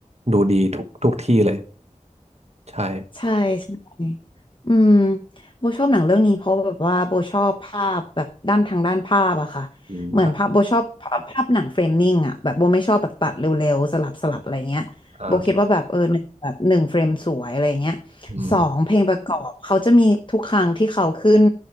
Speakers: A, on the right; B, on the left.
A: ดูดีทุกทุกที่เลยใช่
B: ใช่ใช่ อืมโบชอบหนังเรื่องนี้เพราะแบบว่าโบชอบภาพแบบด้านทางด้านภาพอะค่ะ
A: อืมครับ
B: เหมือนภาพโบชอบภาพภาพหนังเฟรมนิ่งอะแบบโบไม่ชอบแบบตัดเร็วๆสลับสลับอะไรเงี้ยโบคิดว่าแบบเออหนึ่งแบบหนึ่งเฟรมสวยอะไรเงี้ย
A: อ่าอืม
B: สองเพลงประกอบเขาจะมีทุกครั้งที่เขาขึ้น